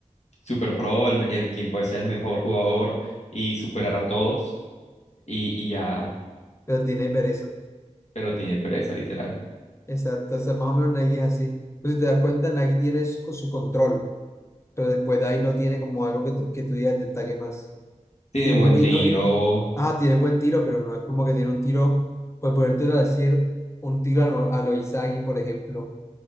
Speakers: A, on the left; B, on the left.
A: super pro, el, el quien puede ser el mejor jugador y superar a todos. Y, y ya,
B: Pero tiene pereza.
A: pero tiene pereza, literal.
B: Exacto. O sea, más o menos Nagi es así. Entonces, si te das cuenta, Nagi tiene su, su control. Pero después de ahí no tiene como algo que tú, que tú digas destaque más.
A: Tiene
B: indo
A: buen
B: indo
A: tiro.
B: y no- ah, tiene buen tiro, pero no es como que tiene un tiro, pues podértelo decir, un tiro a, lo- a lo Izagi, por ejemplo,